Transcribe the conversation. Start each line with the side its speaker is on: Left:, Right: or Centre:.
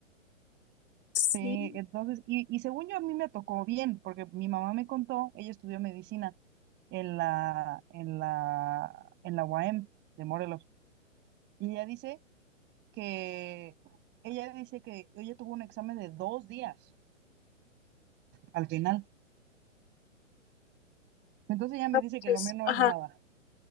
Left: Sí,
Right: Sí, entonces, y, y según yo a mí me tocó bien, porque mi mamá me contó, ella estudió medicina en la, en la, en la UAM de Morelos. Y ella dice que, ella dice que ella tuvo un examen de dos días al final. Entonces ella me
Left: no
Right: dice que
Left: manches.
Right: lo mío no
Left: Ajá.
Right: es nada.